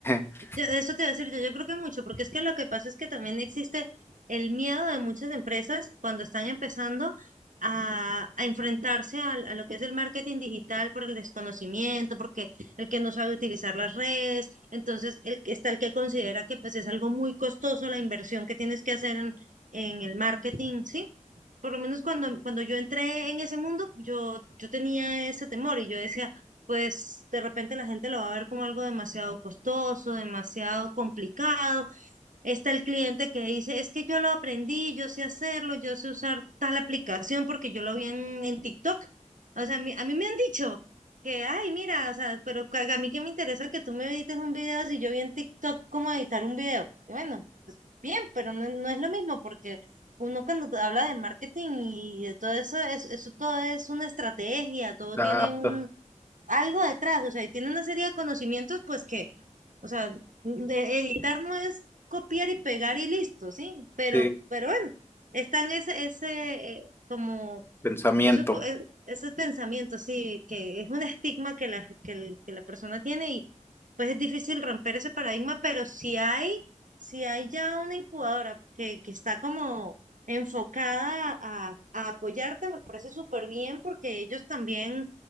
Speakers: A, on the left (about 15°); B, on the right (about 75°).
A: <laughs>
B: Yo- eso te voy a decir yo, yo creo que mucho, porque es que lo que pasa es que también existe el miedo de muchas empresas cuando están empezando a, a enfrentarse al- a, lo que es el marketing digital por el desconocimiento, porque el que no sabe utilizar las redes, entonces el, que- está el que considera que pues es algo muy costoso la inversión que tienes que hacer en, en el marketing, ¿sí? Por lo menos cuando, cuando yo entré en ese mundo, yo, yo tenía ese temor y yo decía, pues de repente la gente lo va a ver como algo demasiado costoso, demasiado complicado. Está el cliente que dice, es que yo lo aprendí, yo sé hacerlo, yo sé usar tal aplicación porque yo lo vi en, en TikTok. O sea, a mí, a mí me han dicho que, ay, mira, o sea, pero ca- a mí que me interesa que tú me edites un video si yo vi en TikTok cómo editar un video. Y bueno, pues bien, pero no, no es lo mismo porque uno cuando te habla de marketing y de todo eso, es- eso todo es una estrategia, todo
A: Adapto,
B: tiene un algo detrás, o sea, y tiene una serie de conocimientos, pues que, o sea, de editar no es copiar y pegar y listo, ¿sí? Pero,
A: sí,
B: pero bueno, está en ese, ese, eh, como
A: pensamiento.
B: eso, es co- es- ese pensamiento, sí, que es un estigma que la, que, el- que la persona tiene y pues es difícil romper ese paradigma, pero si hay, si hay ya una incubadora que, que está como enfocada a, a apoyarte, me parece súper bien porque ellos también